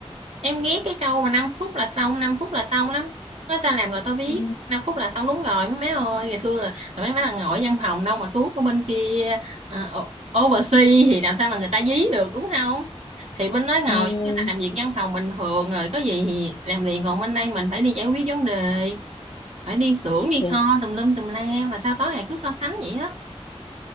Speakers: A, on the right (about 75°); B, on the left (about 55°).
A: em ghét cái câu mà 5 phút là xong, 5 phút là xong lắm. Nói ta làm rồi tao biết.
B: ừ,
A: năm phút là xong đúng rồi mấy má ơi. Ngày xưa là, là mấy má là ngồi ở văn phòng đâu mà tuốt ở bên kia à, o- oversea thì làm sao mà người ta dí được đúng không? Thì bên đó ngồi
B: ừ,
A: giống như là làm việc văn phòng bình thường rồi có gì thì làm liền còn bên đây mình phải đi giải quyết vấn đề phải đi xưởng đi
B: thì
A: kho tùm lum tùm la mà sao tối ngày cứ so sánh vậy á